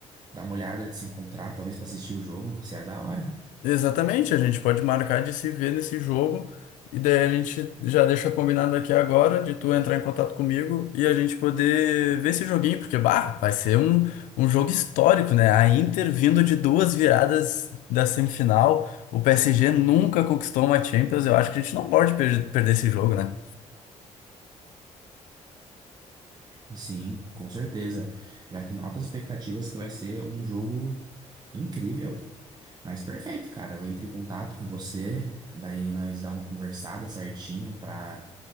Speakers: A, on the right (about 30°); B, on the left (about 85°).
A: dá uma olhada de se encontrar, talvez pra assistir o jogo. se é da hora.
B: Exatamente, a gente pode marcar de se ver nesse jogo e daí a gente já deixa combinado aqui agora de tu entrar em contato comigo e a gente poder ver esse joguinho, porque bah, vai ser um, um jogo histórico, né? A Inter vindo de duas viradas da semifinal, o PSG nunca conquistou uma Champions, eu acho que a gente não pode per- perder esse jogo, né?
A: Sim, com certeza. Já tenho altas expectativas que vai ser um jogo incrível. Mas perfeito, cara. Eu entro em contato com você, daí nós dá uma conversada certinho pra